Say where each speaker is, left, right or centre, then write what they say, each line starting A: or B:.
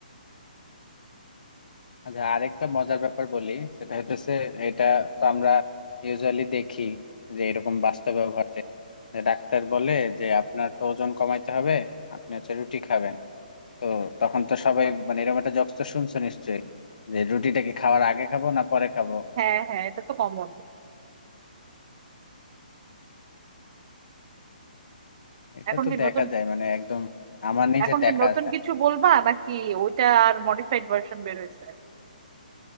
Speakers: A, on the left (about 60°); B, on the right (about 40°).
A: আচ্ছা আরেকটা মজার ব্যাপার বলি সেটা হইতেছে এটা তো আমরা ইউজুয়ালি দেখি যে এরকম বাস্তবেও ঘটে যে ডাক্তার বলে যে আপনার তো ওজন কমাইতে হবে আপনি হচ্ছে রুটি খাবেন তো তখন তো সবাই মানে এরকম একটা জোকস তো শুনছো নিশ্চয়ই যে রুটিটা কি খাওয়ার আগে খাবো না পরে খাবো
B: হ্যাঁ হ্যাঁ এটা তো কমন
A: এটা
B: এখন
A: তো
B: কি
A: দেখা
B: নতুন
A: যায় মানে একদম আমার নিজের
B: এখন কি
A: দেখা
B: নতুন
A: আছে
B: কিছু বলবা নাকি ওইটা আর মডিফাইড ভার্সন বের হয়েছে